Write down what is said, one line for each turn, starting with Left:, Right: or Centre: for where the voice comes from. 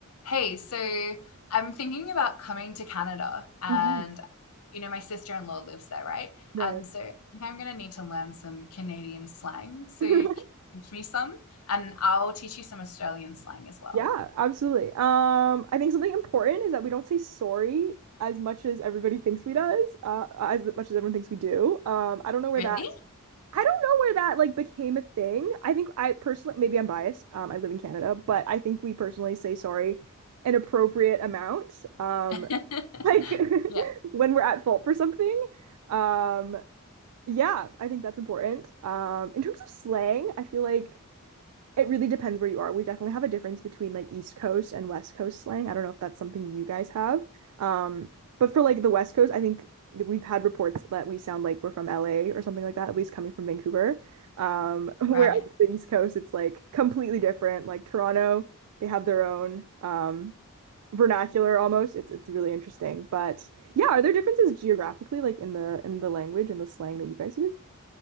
Left: Hey, so I'm thinking about coming to Canada and
Right: hmm
Left: you know my sister-in-law lives there, right?
Right: Right.
Left: And so I think I'm going to need to learn some Canadian slang. So
Right: <laughs>
Left: can you teach me some and I'll teach you some Australian slang as well.
Right: Yeah, absolutely. Um, I think something important is that we don't say sorry as much as everybody thinks we does, uh, as much as everyone thinks we do. Um, I don't know where
Left: Really?
Right: that, I don't know where that like became a thing. I think I personally, maybe I'm biased. Um, I live in Canada, but I think we personally say sorry an appropriate amount. Um,
Left: <laughs>
Right: like <laughs>
Left: Yeah,
Right: when we're at fault for something. Um, yeah, I think that's important. Um, in terms of slang, I feel like. It really depends where you are. We definitely have a difference between like East Coast and West Coast slang. I don't know if that's something you guys have. Um, but for like the West Coast, I think that we've had reports that we sound like we're from LA or something like that, at least coming from Vancouver. Um, <laughs> whereas
Left: right.
Right: the East Coast, it's like completely different. Like Toronto, they have their own um vernacular almost. It's it's really interesting. But yeah, are there differences geographically, like in the in the language and the slang that you guys use?